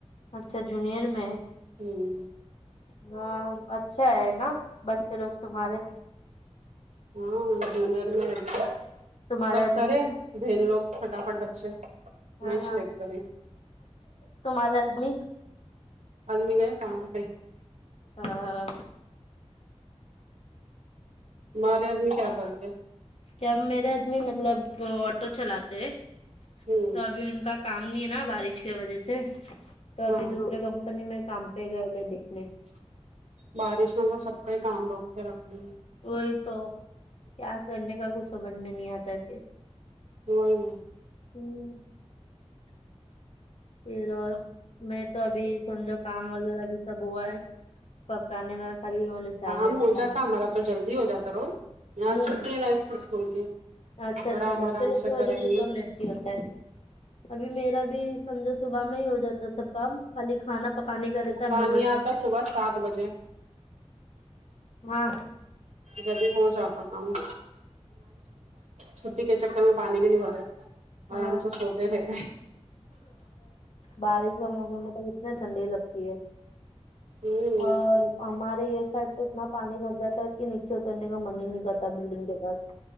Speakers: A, on the left (about 65°); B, on the right (about 80°).
A: اچھا جونیئر میں
B: ہوں
A: ہاں اچھا ہے نا بچے لوگ تمہارے
B: ہاں جونیر میں ہےب
A: تمہارے
B: سبیئ
A: آدمی
B: کرے بن لوگ فٹافٹ بچے
A: ہاں
B: میں
A: ہاں
B: سلیکٹ کرے
A: تو مارا ادمی
B: آدمی گئے کام پہ
A: ہاں
B: تہارے آدمی کیا کرتے
A: کہ اب میرے آدمی مطلب آٹو چلاتے ہے
B: ہ
A: تو ابھی ان کا کام نہیں ہے نا بارش کے وجہ سے تو ابھی
B: ہاں
A: دوسرے کمپنی میں کام پہ گئے لے دیکھنے
B: بارش میں تو سب کا ہی کام روک کے رکھتی ہے
A: وہی تو کیا کرنے کا کچھ سمجھ میں نہیں آتا ہے پھر
B: ہوں
A: ہوں پھر اور میں تو ابھی سمجھا کام وغیرہ بھی سب ہوا ہے پکان کا خالی سامنے
B: کام
A: پکائیں
B: ہو جاتا
A: گے
B: ہمارا تو جلدی ہو جاتا روز
A: ہوں
B: چھٹی ہے نا اس کو اسکول کی
A: اچھا اچھا
B: آرام
A: بچے
B: آرام
A: لوگ کی وجھ
B: کریں گے
A: سے تو لاتے ہوتا ہے ابھی میرا بھی سمجھو صبح میں ہی ہو جاتا سب کام خالی کھانا پکانے کا رہتا ہے
B: پانی
A: محب
B: آتا صبح سات بجے
A: ہاں
B: جی ہو جاتا تھاوں چھٹی کے چکر میں پانی بھی نہیں بھرا
A: ہاں
B: آرام سے سوتے رہے گیا
A: بارش کا موسم میں تو کتنے ٹھنڈی لگتی ہے
B: ہوں
A: اور ہمارے یہ سائڈ تو اتنا پانی بس جاتا ہے کہ نیچے اترنے کا من ہی نہیں کرتا بلڈنگ کے پاس